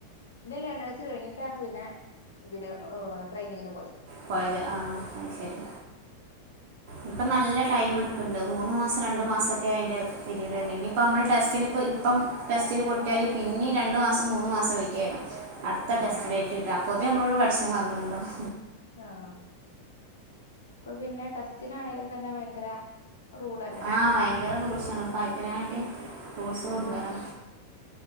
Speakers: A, on the left; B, on the right.
A: ഇന്റെ ലേണേഴ്സ് കഴിഞ്ഞിട്ടാണ് പിന്നെ ഇതിന് ഏഹ് ട്രെയിനിങ്ങിന് പോയത്
B: പോയത് ആഹ് അത് ശരി ഇപ്പം നല്ല ടൈം എടുക്കുന്നുണ്ട് മൂന്നുമാസം രണ്ടുമാസക്കെ ആയിൻ്റെ <unintelligible> ഇനിയിപ്പം നമ്മള് ടെസ്റ്റിനിപ്പം ഇപ്പം ടെസ്റ്റില് പൊട്ടിയാല് പിന്നെ രണ്ടു മാസം മൂന്ന് മാസം വെയിറ്റ് ചെയ്യണം അടുത്ത
A: ആഹ്
B: ടെസ്റ്റ് ഡെയിറ്റ് കിട്ടാൻ പൊതുവെ നമ്മളോട് പഠിച്ചെ മറന്ന്ണ്ടാവും
A: ആഹ് അപ്പൊ പിന്നെ ടെസ്റ്റിനാണേലും തന്നെ ഭയങ്കര റൂളല്ലേ
B: ആഹ് ഭയങ്കര റൂൾസ് ആണ് ഇപ്പാദ്യത്തിനെകാട്ടിം റൂൾസ്
A: ഉം
B: കൂടുതലാ